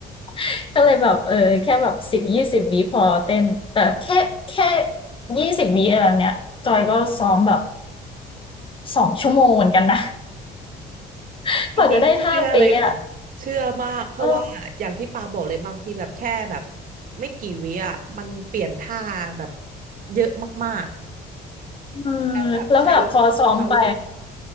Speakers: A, on the left; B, on the right.
A: <laughs> ก็เลยแบบเออแค่แบบ10-20วิพอเต้นแต่แค่แค่20วิอะไรเนี้ยจอยก็ซ้อมแบบ2ชั่วโมงเหมือนกันนะ <laughs>
B: อันนี้เชื่อเลยค่ะเชื่อมากเพราะว่าอย่างที่ปาบอกเลยบางทีแบบแค่แบบ
A: กว่าจะได้ท่าเป๊ะอะเออ
B: ไม่กี่วิอ่ะมันเปลี่ยนท่าแบบเยอะมาก
A: เออ
B: ๆแล้วแบบใช้
A: แล้วแบบพอซ้อมไป
B: power